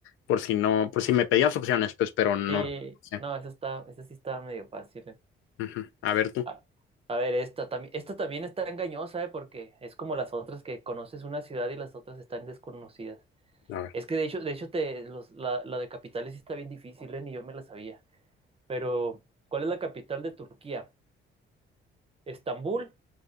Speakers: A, on the left; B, on the right.
A: por si no, por si me pedías opciones, pues, pero no.
B: Sí,
A: sé.
B: no, esa está, esa sí estaba medio fácil. eh.
A: Ujú. A ver tú.
B: A, a ver, esta también, esta también está engañosa, ¿eh? Porque es como las otras que conoces una ciudad y las otras están desconocidas.
A: A ver.
B: Es que de hecho, de hecho te, los, la, la de capitales sí está bien difícil, ¿eh? Ni yo me la sabía. Pero, ¿cuál es la capital de Turquía? ¿Estambul,